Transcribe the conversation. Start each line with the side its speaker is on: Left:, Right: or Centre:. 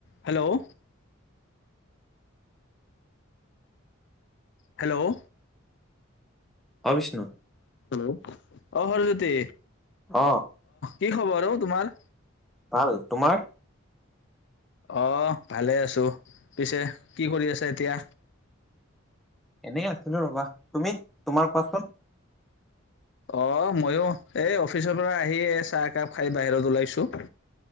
Left: Hello hello
Centre: অবিষ্ণু
Left: hello অ হৰজ্যোতি
Centre: অহ
Left: কি খবৰ অ তোমাৰ
Centre: ভাল তোমাৰ
Left: অহ ভালে আছো পিছে কি কৰি আছা এতিয়া
Centre: এনে আছো নো ৰবা তুমি তোমাৰ কোৱাচোন
Left: অ ময়ো এই অফিচৰ পৰা আহি এই চাহ একাপ খাই বাহিৰত ওলাইছো